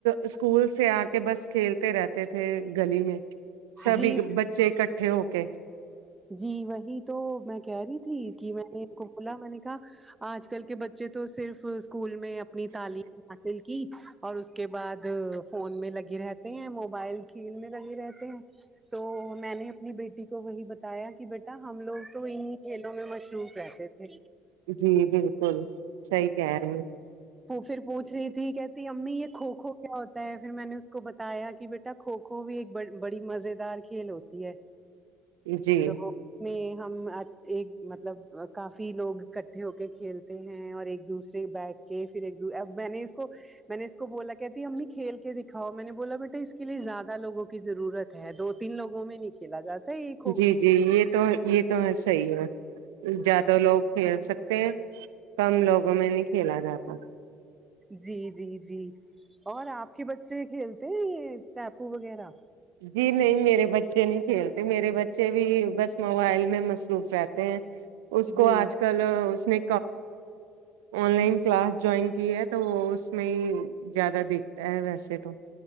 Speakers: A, on the right (about 80°); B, on the right (about 15°).
A: اسکول سے آ کے بس کھیلتے رہتے تھے گلی میں سبھی
B: جی
A: بچے اکٹھے ہو کے
B: جی وہی تو میں کہہ رہی تھی کہ میں نے ان کو بولا میں نے کہا آج کل کے بچے تو صرف اسکول میں اپنی تعلیم حاصل کی اور اس کے بعد فون میں لگے رہتے ہیں موبائل کھیل میں لگے رہتے ہیں تو میں نے اپنی بیٹی کو وہی بتا بتایا کہ بیٹا ہم لوگ تو انہیں کھیلوں میں مصروف رہتے تھے
A: جی بالکل صحیح کہہ رہی ہیں
B: وہ پھر پوچھ رہی تھی کہتی امی یہ کھو کھو کیا ہوتا ہے پھر میں نے اس کو بتایا کہ بیٹا کھوکھو بھی ایک بڑی مزیدار کھیل ہوتی ہے
A: جی
B: تو اس میں ہم ایک مطلب کافی لوگ اکٹھے ہو کے کھیل تے ہیں اور ایک دوسرے بیٹھ کے پھر ایک اب میں نے اس کو میں نے اس کو بولا کہتی امی کھیل کے دکھاؤ میں نے بولا بیٹا اس کے لیے زیادہ لوگوں کی ضرورت ہےدو تین لوگوں میں نہی کھلا جاتا ہے ایک
A: جی جی یہ تو یہ تو ہے صحیح ہے زیادہ لوگ کھیل سکتے ہیں کم لوگوں میں نہیں کھیلا جاتا
B: جی جی جی اور آپ کے بچے کھیلتے ہیں یہ اسٹاپو وغیرہ
A: جی نہیں میرے بچے نہیں کھیلتے میرے بچے بھی بس موبائل میں مصروف رہتے ہیں اس کو
B: جی
A: آج کل اس نے آن لائن کلاس جوائن کی ہے تو وہ اس میں ہی زیادہ دکھتا ہے ویسے تو